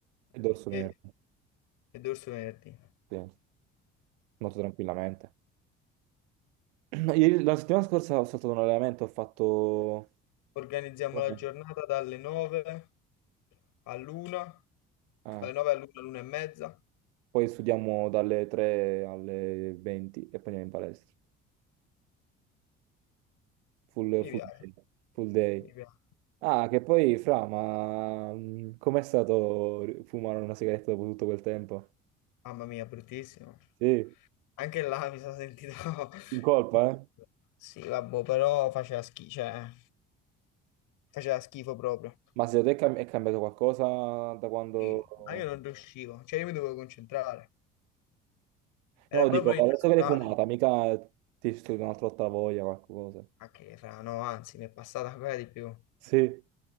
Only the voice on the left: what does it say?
e,
e dorso venerdì.
Organizziamo
la giornata dalle 9 all'una,
dalle 9 all'una, all'una e mezza.
Mi
piace,
mi piace.
Mamma mia, bruttissimo.
Anche là mi sono sentito...
<laughs>
Sì, vabbè, però faceva schifo, cioè, faceva schifo proprio.
Sì, ma io non riuscivo, cioè io mi dovevo concentrare, era
proprio
innaturale.
Ah, che fra, no, anzi, mi è passata ancora di più.